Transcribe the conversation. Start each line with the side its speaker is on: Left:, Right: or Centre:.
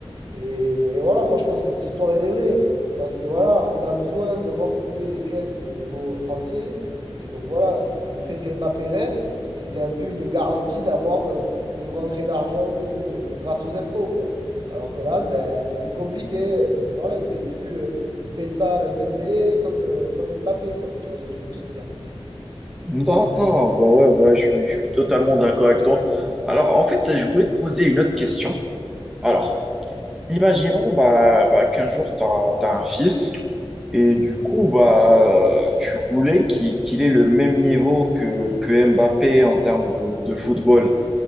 Right: Et, et voilà, moi je pense que cette histoire, elle est vraie. Parce que voilà, on a besoin de renflouer les caisses au niveau français. Et donc voilà, le fait qu'Mbappé reste, c'était un peu une garantie d'avoir euh, une rentrée d'argent euh, grâce aux impôts, quoi. Alors que là, ben, c'est plus compliqué parce que voilà, ils payent plus, euh, ils payent pas Dembélé comme, euh, comme Mbappé, quoi, si tu vois ce que je veux te dire.
Centre: D'accord, bah ouais, ouais, je suis, je suis totalement d'accord avec toi. Alors, en fait, je voulais te poser une autre question. Alors, imaginons bah, bah, qu'un jour, tu as, un fils et du
Right: Mhm.
Centre: coup, bah, tu voulais qu'il qu'il ait le même niveau que, que Mbappé en termes de, de football.